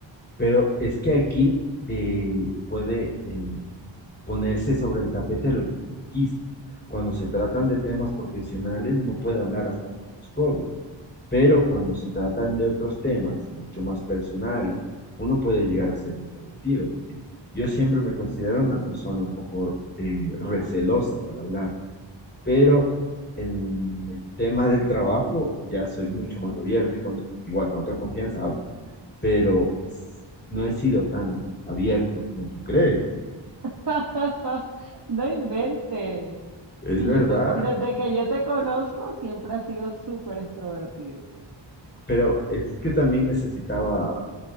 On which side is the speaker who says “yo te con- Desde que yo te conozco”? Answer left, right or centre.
Right